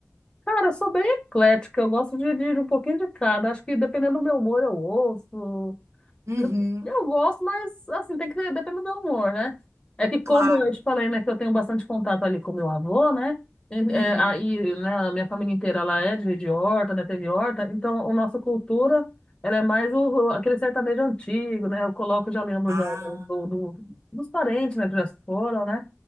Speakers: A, on the left; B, on the right.
A: Cara, eu sou bem eclética, eu gosto de, de um pouquinho de cada. Acho que dependendo do meu humor, eu ouço.
B: Uhum,
A: Eu, eu gosto, mas assim, tem que ter- depende do humor, né? É que como
B: claro.
A: eu te falei, né, que eu tenho bastante contato ali com meu avô, né? E,
B: Uhum.
A: é, Uhum. aí, né, a minha família inteira, ela é de, de horta, né, teve horta, então a nossa cultura, ela é mais o, o- aquele sertanejo antigo, né? Eu coloco, já lembro
B: Ah,
A: da- do, do- do- dos parentes, né, que já se foram, né?